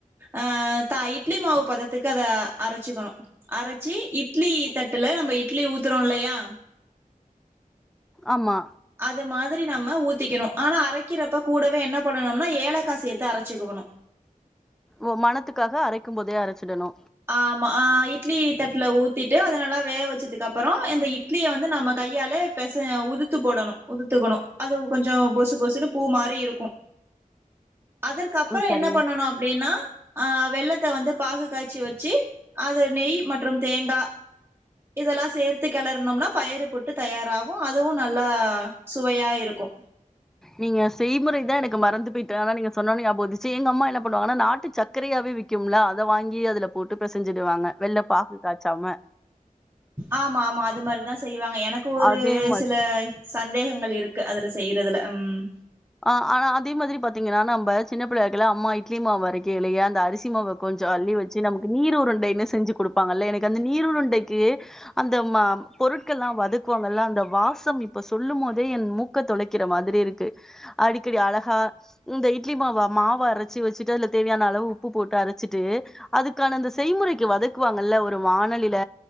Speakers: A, on the right; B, in the centre.
A: ஆ தா இட் இட்லி மாவு பதத்துக்கு அத அரச்சுக்கணு அரச்சு இட்லி தட்டுல நம்ப இட்லி ஊத்துறோ இல்லயா
B: ஆமா
A: அது மாதிரி நம்ம ஊத்திக்கணு ஆனா அரைக்கிறப்ப கூடவே என்ன பண்ணனும்னா ஏலக்கா சேத்து அரச்சுக்குவணு
B: ஓ மனத்துக்காக அரைக்கும் போதே அரச்சிடணு
A: ஆமா ஆ இட்லி தட்டுல ஊத்திட்டு அத நல்லா வேக வச்சத்துக்கு அப்பறோ அந்த இட்லிய வந்து நம்ம கையாலே பெச உதுத்து போடணு உதுத்துக்கணு அது கொஞ்ச பொசு பொசுனு பூ மாரி இருக்கும் அதற்கப்பறோ
B: ம் சரிங்க
A: என்ன பண்ணனு அப்டினா ஆ வெல்லத்த வந்து பாகு காய்ச் ச்சு வச்சி அது நெய் மற்றும் தேங்கா இதெல்லா சேர்த்து கெளறுனம்னா பயறு புட்டு தயாராகு அதுவு நல்லா சுவையா இருக்கு
B: நீங்க செய்முறைதா எனக்கு மறந்து போயிட்டு ஆனா நீங்க சொன்னோனே நியாபகோ வந்துச்சு எங்க அம்மா என்ன பண்ணுவாங்கனா நாட்டு சக்கரையாவே விக்யும்ல அத வாங்கி அதுல போட்டு பெசஞ்சிடுவாங்க வெள்ள பாகு காய்ச்சாம
A: ஆமா ஆமா அது மாதிரிதா செய்வாங்க எனக்கு ஒரு
B: அதே மாரி
A: சில சந்தேகங்கள் இருக்கு அதுல செய்யிறதுல்ல ம்
B: ஆ ஆனா அதே மாதிரி பாத்தீங்கன்னா நம்ப சின்ன புள்ளையா இருக்கையில அம்மா இட்லி மாவு அரைக்கையிலேயே அந்த அரிசி அரிசிமாவ கொஞ்சோ அள்ளி வச்சு நமக்கு நீர் உருண்டைன்னு செஞ்சு குடுப் ப்பாங்கள எனக்கு அந்த நீர் உருண்டைக்கு அந்த ஆ பொருட்கள்லாம் வதக்குவாங்கள அந்த வாசம் இப்ப சொல்லும் மோதே என் மூக்க தொலைக்கிற மாதிரி இருக்கு அடிக்கடி அழகா இந்த இட்லி மாவ மாவரச்சு வச்சுட்டு அதுல தேவையான அளவு உப்பு போட்டு அரச்சிட்டு அதுக்கான அந்த செய்முறைக்கு வதக்குவாங்கல்ல ஒரு வானலில